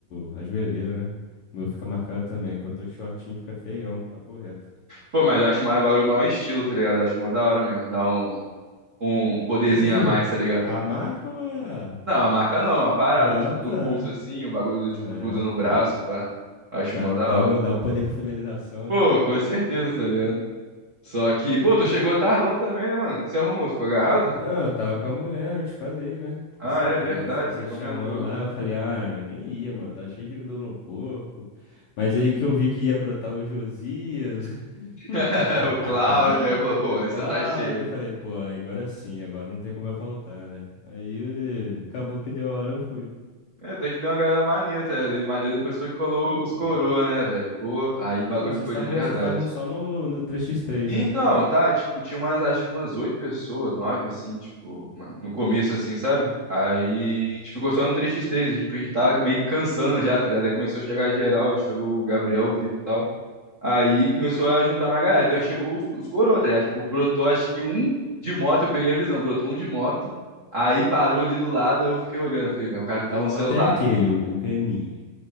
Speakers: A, on the left (about 70°); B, on the right (about 70°).
A: o. A joelheira, né? O meu fica marcado também. Quando eu tô de shortinho, fica feião, papo reto.
B: Pô, mas eu acho o bagulho o maior estilo, tá ligado? Eu acho mó da hora mesmo. Dá um, um, um poderzinho
A: O quê?
B: a mais, tá ligado?
A: A marca ou a.
B: Não, a marca não, a parada,
A: Ah,
B: tipo, do
A: tá.
B: pulso assim, o bagulho, tipo,
A: É,
B: que usa no
A: pô.
B: braço, pá. Acho
A: Dá,
B: mó
A: dá,
B: da hora.
A: o- dá um poder pra finalização,
B: Pô,
A: né?
B: com certeza, tá ligado? Só
A: Pô,
B: que,
A: cara.
B: pô, tu chegou tardão também, né, mano? O que Você arrumou, ficou agarrado?
A: Ah, eu tava com a mulher, eu te falei, né?
B: Ah,
A: Você,
B: é verdade,
A: você você
B: você comentou.
A: chamando lá, eu falei, ah, eu nem ia, mano, tá cheio de dor no corpo. Mas
B: Sim.
A: aí que eu vi que ia brotar o Josias,
B: <laughs>
A: <laughs>
B: O Cláudio aí falou, pô,
A: o
B: a lista
A: Cláudio,
B: tá cheia.
A: eu falei, pô, agora sim, agora não tem como eu faltar, né? Aí acabou que deu a hora, eu fui.
B: É, tem que dar uma galera maneira, tá? ligado? E maneira depois foi que colou
A: Deu,
B: os
A: pô.
B: coroa, né, velho? Pô, aí o
A: Então,
B: bagulho
A: vocês
B: ficou
A: estavam,
B: de verdade.
A: vocês estavam só no, no três x três,
B: Então,
A: né?
B: tá, tipo, tinha umas, acho que umas oito pessoas, nove, assim, tipo, uma- no começo, assim, sabe? Aí
A: Ah.
B: a gente ficou só no 3x3, a gente tipo, a gente tava meio que cansando já, tá ligado? Aí começou a chegar geral, aí chegou o Gabriel, o Vitor e tal. Aí começou a juntar mais galera, daí chegou os, os coroa, tá ligado? Tipo, brotou acho que um de moto, eu peguei a visão, brotou um de moto, aí parou ali do lado, aí eu fiquei olhando, eu falei, "Vai, o cara
A: O
B: que
A: de
B: tava
A: moto
B: no celular.
A: é aquele, o, o caninha.